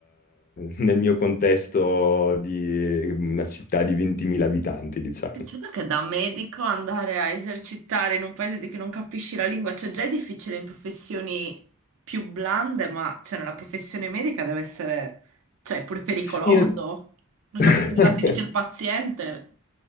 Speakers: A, on the left; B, on the right.
A: nel mio contesto di una città di 20.000 abitanti, diciamo.
B: Certo che da medico andare a esercitare in un paese di cui non capisci la lingua, cioè già è difficile in professioni più blande, ma cioè nella professione medica deve essere, cioè, pure pericoloso.
A: Sì.
B: Non
A: <laughs>
B: capisci cosa ti dice il paziente.